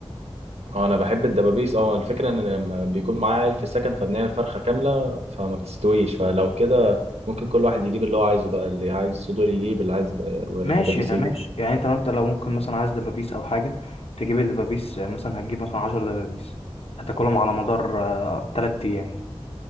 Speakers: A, on the right (about 80°); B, on the left (about 65°).
A: اه انا بحب الدبابيس اه الفكره ان لما بيكون معايا عيال في السكن فبنعمل فرخه كامله فما بتستويش فلو كده ممكن كل واحد يجيب اللي هو عايزه بقى اللي عايز صدور يجيب اللي عايز ب-
B: ماشي
A: دبابيس
B: ده
A: يجيب
B: ماشي يعني انت انت لو ممكن مثلا عايز دبابيس او حاجه تجيب الدبابيس آه، مثلا هتجيب مثلا 10 دبابيس هتاكلهم على مدار آه، تلات ايام